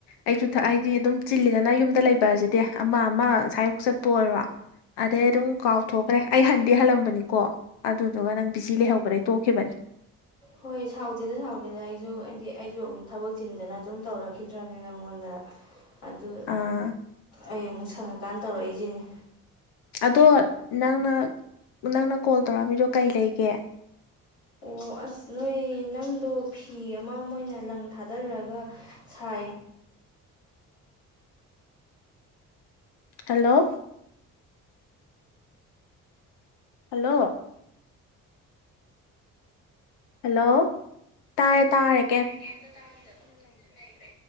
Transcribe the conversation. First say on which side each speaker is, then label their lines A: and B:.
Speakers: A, on the left (about 70°); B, on the left (about 85°).
A: ꯑꯩꯁꯨ ꯍꯥꯏꯗꯤ ꯑꯗꯨꯝ ꯆꯤꯜꯂꯤꯗꯅ ꯌꯨꯝꯗ ꯂꯩꯕ ꯑꯁꯤꯗꯤ ꯑꯃ ꯑꯃ ꯑꯁꯥꯏꯌꯨꯛ ꯆꯠꯄ ꯑꯣꯏꯔꯣ ꯑꯗꯩ ꯑꯗꯨꯝ ꯀꯥꯎꯊꯣꯛꯈ꯭ꯔꯦ ꯑꯩ ꯍꯟꯗꯤ ꯍꯜꯂꯝꯕꯅꯤꯀꯣ ꯑꯗꯨꯗꯨꯒ ꯅꯪ ꯕꯤꯖꯤ ꯂꯩꯍꯧꯕꯗꯩ ꯇꯣꯛꯈꯤꯕꯅꯦ
B: ꯍꯣꯏ ꯁꯥꯎꯗꯦꯗ ꯁꯥꯎꯗꯦꯗ ꯑꯩꯁꯨ ꯍꯥꯏꯗꯤ ꯑꯩꯁꯨ ꯑꯃꯨꯛ ꯊꯕꯛ ꯆꯤꯟꯗꯅ ꯑꯗꯨꯝ ꯇꯧꯔꯛꯈꯤꯗ꯭ꯔꯕꯅꯤ ꯅꯪꯉꯣꯟꯗ ꯑꯗꯨ
A: ꯑꯥ
B: ꯑꯩ ꯑꯃꯨꯛ ꯁꯪꯉꯀꯥꯟꯗ ꯇꯧꯔꯛꯏꯁꯤꯅꯦ
A: ꯑꯗꯣ ꯅꯪꯅ ꯅꯪꯅ ꯀꯣꯜ ꯇꯧꯔꯛꯑꯃꯤꯗꯣ ꯀꯩ ꯂꯩꯒꯦ
B: ꯑꯣ ꯑꯁ ꯅꯣꯏ ꯅꯪꯗꯣ ꯐꯤ ꯑꯃ ꯃꯣꯏꯅ ꯂꯪ ꯊꯥꯗꯔꯒ ꯁꯥꯌꯦ
A: ꯍꯜꯂꯣ ꯍꯜꯂꯣ ꯍꯜꯂꯣ ꯇꯥꯔꯦ ꯇꯥꯔꯦ
B: ꯔꯦ ꯀꯩꯝꯇ ꯇꯥꯈꯤꯗꯕ ꯇꯨꯃꯤꯟꯅ ꯂꯩꯈ꯭ꯔꯦ